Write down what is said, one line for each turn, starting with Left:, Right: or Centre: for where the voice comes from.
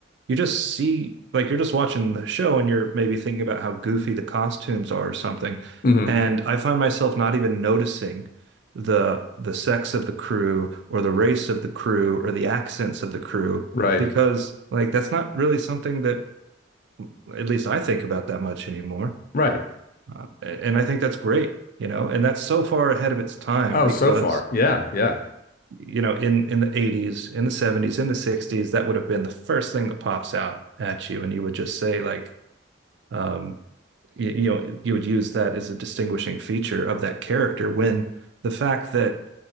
Right: you just see like you're just watching the show and you're maybe thinking about how goofy the costumes are or something.
Left: hmm
Right: And I find myself not even noticing the the sex of the crew or the race of the crew or the accents of the crew
Left: Right.
Right: because like that's not really something that at least I think about that much anymore.
Left: Right.
Right: Uh, and I think that's great, you know, and that's so far ahead of its time
Left: Oh,
Right: because,
Left: so far. Yeah. Yeah.
Right: you know, in in the 80s, in the 70s, in the 60s, that would have been the first thing that pops out at you, and you would just say like, um, you, you know, you would use that as a distinguishing feature of that character when the fact that